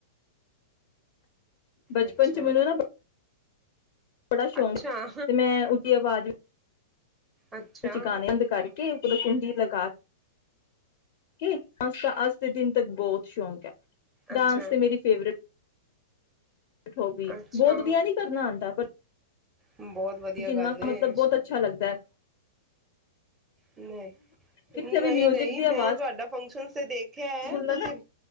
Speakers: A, on the left; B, on the right.
A: ਬਚਪਨ
B: ਅੱਛਾ,
A: ਚ ਮੈਨੂੰ ਨਾ ਬੜਾ ਸ਼ੌਕ
B: ਅੱਛਾ,
A: ਤੇ ਮੈਂ ਉਦੀ ਆਵਾਜ਼
B: ਅੱਛਾ,
A: ਵਿੱਚ ਗਾਣੇ ਅੰਦ ਕਰਕੇ ਉਦਰ ਕੁੰਡੀ ਲਗਾ ਕੇ ਅੱਜ ਤਾਂ ਅੱਜ ਦੇ ਦਿਨ ਤੱਕ ਬਹੁਤ ਸ਼ੌਕ ਹੈ। ਡਾਂਸ
B: ਅੱਛਾ।
A: ਤੇ ਮੇਰੀ ਫੇਵਰੇਟ ਠੋਬੀ,
B: ਅੱਛਾ,
A: ਬਹੁਤ ਵਧੀਆ ਨੀ ਕਰਨਾ ਆਉਂਦਾ ਪਰ
B: ਬਹੁਤ ਵਧੀਆ
A: ਜਿੰਨਾ
B: ਗੱਲ ਏ।
A: ਮਤਲਬ ਬਹੁਤ ਅੱਛਾ ਲੱਗਦਾ ਹੈ
B: ਨੇ,
A: ਕਿੱਥੇ
B: ਨਈ-ਨਈ
A: ਵੀ ਮਿਊਜਿਕ ਦੀ ਆਵਾਜ਼
B: ਮੈਂ ਤੁਹਾਡਾ ਫੰਕਸ਼ਨਸ ਤੇ ਦੇਖਿਆ ਐ,
A: ਸੁਣ ਲ
B: ਤੁਸੀ
A: ਨਾ